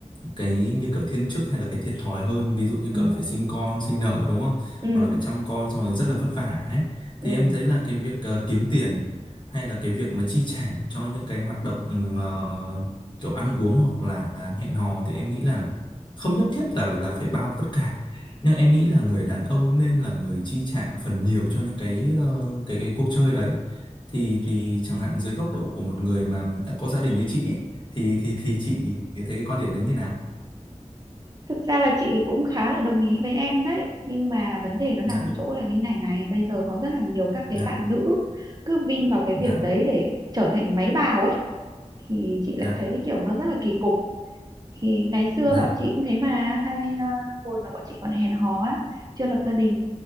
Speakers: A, on the left; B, on the right.
A: cái như kiểu thiên chức hay là cái thiệt thòi hơn ví dụ như
B: ừ
A: kiểu phải sinh con sinh nở đúng không
B: ừ
A: hoặc là phải chăm con xong rồi rất là vất vả ấy thì
B: ừ
A: em thấy là cái việc ờ, kiếm tiền hay là cái việc mà chi trả cho những cái hoạt động ừ, ờ, kiểu ăn uống hoặc là hẹn hò thì em nghĩ là không nhất thiết là là phải bao tất cả nhưng em nghĩ là người đàn ông nên là người chi trả phần nhiều cho những cái ờ, cái cái cuộc chơi đấy thì thì chẳng hạn dưới góc độ của một người mà đã có gia đình như chị ấy, thì thì thì chị thấy cái quan điểm đấy như nào
B: thực ra là chị cũng khá là đồng ý với em đấy nhưng mà vấn đề nó
A: dạ
B: nằm ở chỗ là như này này bây giờ có rất là nhiều các cái
A: dạ
B: bạn nữ cứ vin vào cái
A: dạ
B: việc đấy để trở thành máy bào ấy thì chị
A: dạ
B: lại thấy kiểu nó rất là kỳ cục thì ngày xưa
A: dạ
B: bọn chị cũng thế mà hay ờ, hồi mà bọn chị còn hẹn hò á chưa lập gia đình